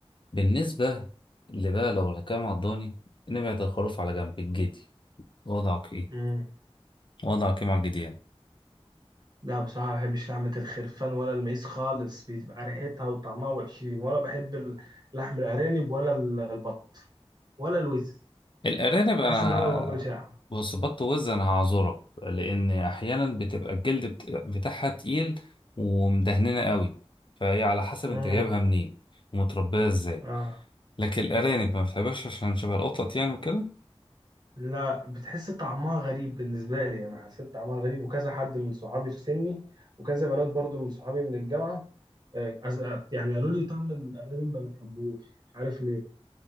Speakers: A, on the left; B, on the right.
A: بالنسبة اللي بقى لو هنتكلم على الضاني نبعد الخروف على جنب الجدي وضعك ايه؟
B: مم.
A: وضعك ايه مع الجديان؟
B: لا بصراحة ما بحبش لحمة الخرفان ولا المعيز خالص بتبقى ريحتها وطعمها وحشين ولا بحب ال- لحم الأرانب ولا ال- البط ولا الوز
A: الأرانب أنا
B: بحس إن أنا ما باكلش لحمة
A: بص بط وز أنا هعذرها لأن أحيانا بتبقى الجلد بت- بتاعها تقيل ومدهننة قوي فهي على حسب
B: مم.
A: أنت جايبها منين ومتربية ازاي
B: آه.
A: لكن الأرانب ما بتحبهاش عشان شبه القطط يعني وكده
B: لا بتحس طعمها غريب بالنسبة لي أنا حسيت طعمها غريب وكذا حد من صحابي في سني وكذا بنات برضو من صحابي من الجامعة آه، أز- يعني قالوا لي طعم الأرانب ما بحبوش مش عارف ليه